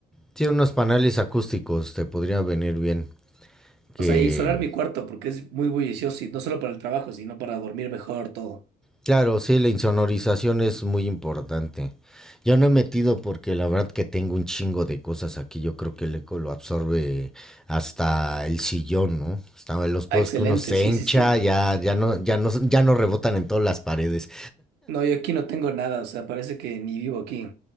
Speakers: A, in the centre; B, on the right.
A: tiene unos paneles acústicos, te podría venir bien que
B: O sea, insolar mi cuarto porque es muy bullicioso y no solo para el trabajo, sino para dormir mejor, todo.
A: Claro, sí, la insonorización es muy importante. Yo no he metido porque la verdad que tengo un chingo de cosas aquí. Yo creo que el eco lo absorbe hasta el sillón, ¿no? Hasta los pedos
B: Ah, excelente,
A: que uno se
B: sí,
A: hincha,
B: sí, sí.
A: ya, ya no, ya no, ya no rebotan en todas las paredes.
B: No, yo aquí no tengo nada, o sea, parece que ni vivo aquí,